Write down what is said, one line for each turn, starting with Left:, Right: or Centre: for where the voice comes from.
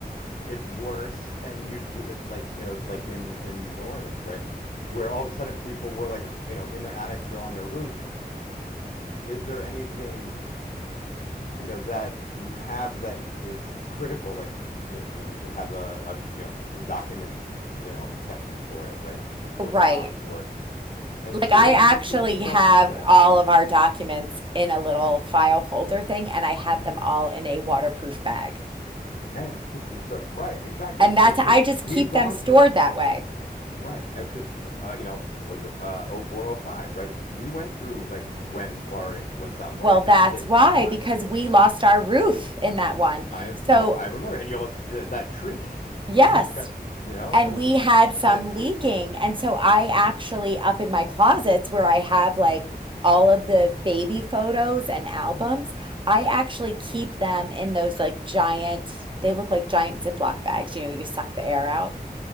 Left: it's worse and you get like you know if like in in New Orleans right where all of a sudden people were like you know in their attics or on their roofs is there anything you know that you have that is critical like you should you know do you need to have a, a you know document you know section for it right important
Right: Right.
Left: docs or and
Right: Like
Left: so
Right: I
Left: those
Right: actually
Left: are the things people just
Right: have
Left: don't think about
Right: all of our documents in a little file folder thing, and I have
Left: mm
Right: them
Left: hmm
Right: all in a waterproof bag.
Left: and here's the so right exactly
Right: And
Left: but
Right: that's I
Left: because
Right: just
Left: we've
Right: keep
Left: gone
Right: them stored
Left: through it
Right: that way.
Left: Right, because uh, you know, was it uh, oh 04, oh five? Right, we went through like when Florida, when South
Right: Well,
Left: Florida
Right: that's
Left: got hit
Right: why,
Left: a bunch.
Right: because we lost our roof in that one.
Left: I
Right: So,
Left: I, I remember, and you almost that tree, <laughs>
Right: yes,
Left: you almost got, you know,
Right: and
Left: it was
Right: we
Left: uh,
Right: had some
Left: sad to see
Right: leaking.
Left: it go, but
Right: And so I actually, up in my closets where I have like all of the baby photos and albums,
Left: hmm
Right: I actually keep them in those like giant, they look like giant Ziploc bags. You know, you suck the air out.